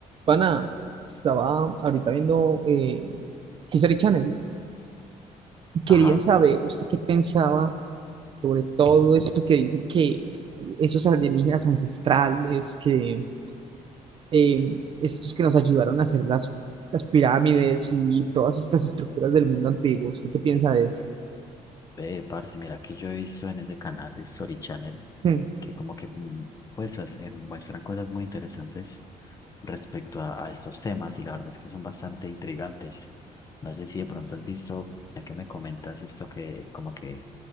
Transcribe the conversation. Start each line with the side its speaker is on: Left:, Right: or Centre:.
Right: Pana, estaba ahorita viendo eh, History Channel. Quería
Left: Ajá,
Right: saber usted qué pensaba sobre todo esto que dice que esos alienígenas ancestrales, que eh, estos que nos ayudaron a hacer las, las pirámides y todas estas estructuras del mundo antiguo. ¿Usted qué piensa de eso?
Left: ve, parce, mira que yo he visto en ese canal, Story Channel,
Right: Hmm.
Left: que como que mm, pues as- eh, muestran cosas muy interesantes respecto a, a estos temas y la verdad es que son bastante intrigantes. No sé si de pronto has visto, ya que me comentas esto que como que